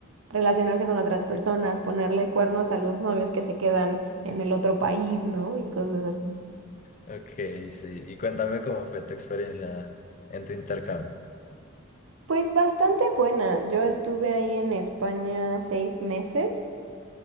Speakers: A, on the right; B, on the left.
A: relacionarse con otras personas, ponerle cuernos a los novios que se quedan en el otro país, ¿no? Y cosas así.
B: Ok, sí. Y cuéntame cómo fue tu experiencia en tu intercambio.
A: Pues bastante buena. Yo estuve ahí en España seis meses.